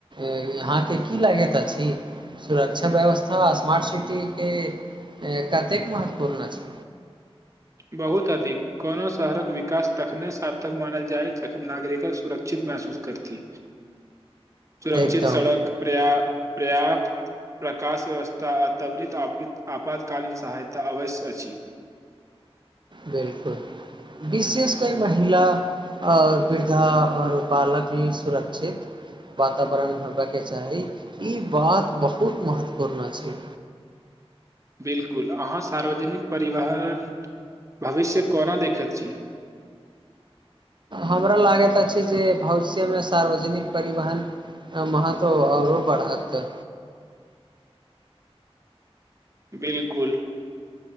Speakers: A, on the right; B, on the right.
A: यहाँके की लागैत अछि सुरक्षा व्यवस्था स्मार्ट सिटी के कतेक महत्वपूर्ण छै
B: बहुत अधिक कोनो शहरक विकास तखने सार्थक मानल जायत जखन नागरिक सुरक्षित महसूस करती सुरक्षित
A: एकदम
B: सड़क प्र््प्रर्याप्त प्रकाश व्यवस्था आ त्वरित आपातकालीन सहायता अवश्य अछि
A: बिल्कुल विशेष कर महिला आओर वृद्धा आओर बालक लेल सुरक्षित वातावरण होबयके चाही ई बात बहुत महत्वपूर्ण छै
B: बिल्कुल अहाँ सार्वजनिक परिवहन भविष्य कोना देखैत छी
A: हमरा लागैत अछि जे भविष्यमे सार्वजनिक परिवहन आ महत्व आओरो बढ़तऽ
B: <inaudible> बिल्कुल